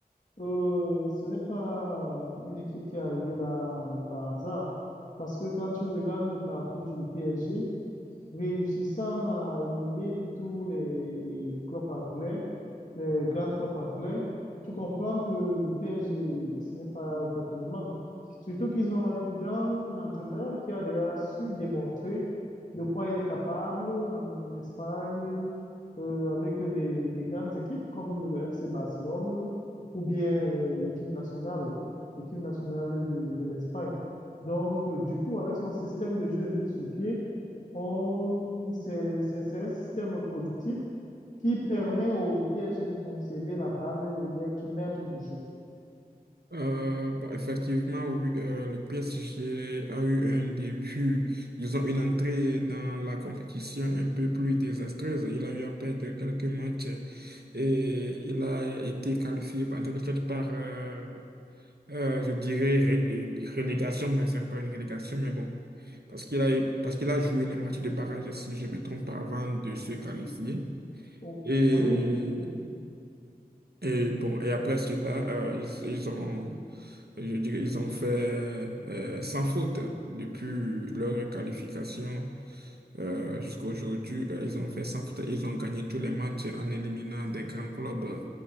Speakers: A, on the left; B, on the right.
A: Euh, ce n'est pas euh, une équipe qui est arrivée là par hasard. Parce que quand tu regardes le parcours du PSG, réussissant à éliminer tous les clubs anglais, les grands clubs anglais, tu comprends que le PSG, ce n'est pas le tâtonnement. Surtout qu'ils ont un grand entraîneur qui a déjà su démontrer de quoi il est capable en Espagne, euh, avec des, des grandes équipes comme le FC Barcelone ou bien euh, l'équipe nationale, l'équipe nationale de, de l'Espagne. Donc, euh, du coup, avec son système de jeu mis sur pied, on, c'est, c'est, c'est un système productif qui permet au PSG de conserver la balle et d'être maître du jeu.
B: Euh, bon, effectivement, oui, euh, le PSG a eu un début. Ils ont une entrée dans la compétition un peu plus désastreuse. Il a eu à perdre quelques matchs et il a été qualifié en quelque sorte par, euh, euh, je dirais, ré- relégation, mais c'est pas une relégation, mais bon. parce qu'il a, parce qu'il a joué les matchs de barrage, si je ne me trompe pas, avant de se qualifier.
A: Oh,
B: Et,
A: oui,
B: et bon, et après cela, euh, ils, ils ont, je dirais, ils ont fait euh, sans faute depuis leur qualification euh, jusqu'à aujourd'hui. euh, ils ont fait sans faute. Ils ont gagné tous les matchs en éliminant des grands clubs euh,